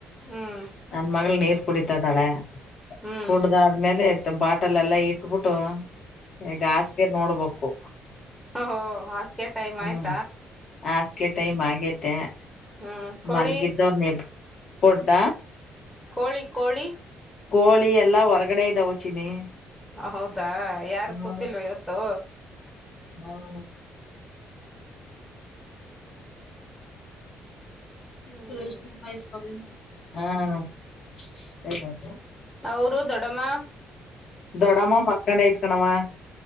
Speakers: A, in the centre; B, on the left.
A: ಹ್ಮ್
B: ನನ್ನ ಮಗಳ ನೀರ ಕುಡಿತಾಇದಾಳೆ
A: ಹ್ಮ್
B: ಕುಡದಾದ್ಮೇಲೆ ಇತ್ತ್ ಬಾಟಲ ಎಲ್ಲ ಇಟ್ ಬುಟ್ಟು ಈಗ ಹಾಸಗೆ ನೋಡ್ಬೇಕು
A: ಓ ಓ ಹಾಸಗೆ ಟೈಮ್ ಆಯ್ತ್
B: <inaudible> ಹಾಸಗೆ ಟೈಮ್ ಆಗಿತ್ತ್ಯಾ <inaudible>
A: ಹ್ಮ್ ಕೋಳಿ
B: ಮಲಗಿ <unintelligible> ಬುಡ್ಡ
A: ಕೋಳಿ ಕೋಳಿ
B: ಕೋಳಿ ಎಲ್ಲಾ ಹೊರಗಡೆ ಇದಾವ ಚಿನಿ
A: ಹೌದಾ ಯಾರು
B: ಹ್ಮ್
A: ಕೂತಿಲ್ವ ಇವತ್ತು.
B: <inaudible>
A: ಹ್ಮ್
B: <unintelligible>
A: ಅವರು ದೊಡಮ್ಮ
B: ದೊಡಮ್ಮ ಮಕ್ಕೊಂಡೆತ ಕಣ್ಣವ್ವಾ